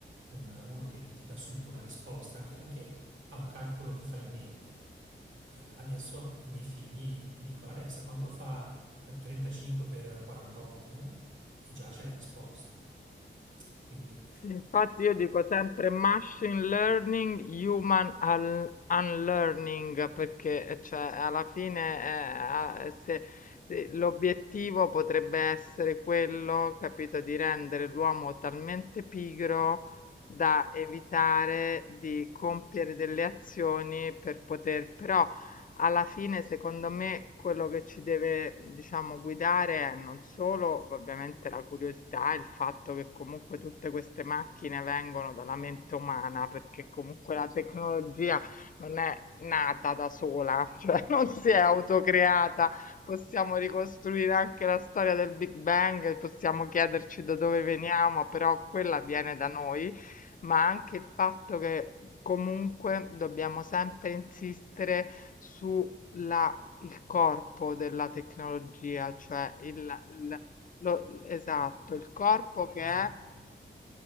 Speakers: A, on the right; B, on the left.
A: un- uno che ti dà subito una risposta, anche, anche a un calcolo che fai a mente. Eh, adesso i miei figli mi dicono Alexa quanto fa eh, 35 per 48? Eh? E già c'è la risposta. E quindi
B: Infatti io dico sempre machine learning, human un- unlearning, perché eh, cioè, alla fine eh, a- eh, se- se- l'obiettivo potrebbe essere quello, capito, di rendere l'uomo talmente pigro da evitare di compiere delle azioni per poter però alla fine, secondo me, quello che ci deve, diciamo, guidare è non solo ovviamente la curiosità, il fatto che comunque tutte queste macchine vengono dalla mente umana, perché comunque la tecnologia non è nata da sola, <laughs> cioè non si è autocreata. Possiamo ricostruire anche la storia del Big Bang, possiamo chiederci da dove veniamo, però quella viene da noi ma anche il fatto che comunque dobbiamo sempre insistere sulla il corpo della tecnologia, cioè il, il- lo- esatto, il corpo che
A: è sempre
B: è
A: male.